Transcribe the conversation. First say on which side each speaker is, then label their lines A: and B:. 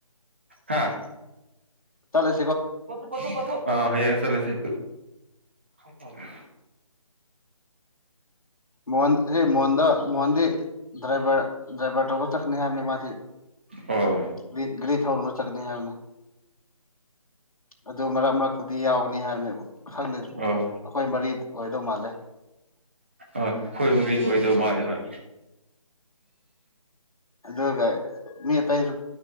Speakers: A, on the right (about 20°); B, on the left (about 80°).
A: ꯍꯥꯥ
B: ꯆꯂꯦ
A: ꯄꯊ ꯄꯊ ꯄꯊ ꯑ ꯍꯌꯦ ꯌꯥ ꯆꯁꯦ ꯍ
B: ꯃꯣꯟ ꯃꯣꯍꯟꯗ ꯃꯣꯍꯟꯗ ꯗ꯭ꯔꯕꯔ ꯗ꯭ꯔꯕꯔ ꯇꯣꯕ ꯇꯛꯅꯤ ꯍꯥꯏꯅꯤ ꯃꯥꯊ
A: ꯑꯣ
B: ꯔꯤ ꯔꯤ ꯊ ꯍꯔꯗ ꯆꯅꯤ ꯍꯥꯏ ꯑꯗꯨ ꯃꯔꯛ ꯃꯔꯛꯇꯗꯤ ꯌꯥꯎꯒꯅꯤ ꯍꯥꯏꯕꯅꯤ ꯈꯪꯗꯦ ꯑꯩꯈꯣꯏ
A: ꯑꯣ
B: ꯃꯔꯤ ꯑꯣꯏꯗꯧ ꯃꯥꯜꯂꯦ
A: ꯑ ꯈꯣꯏ ꯃꯔꯤ ꯑꯣꯏꯗꯧ ꯃꯥꯂꯦ ꯍꯣꯏ
B: ꯑꯗꯨꯒ ꯃꯤ ꯑꯇꯩꯁꯨ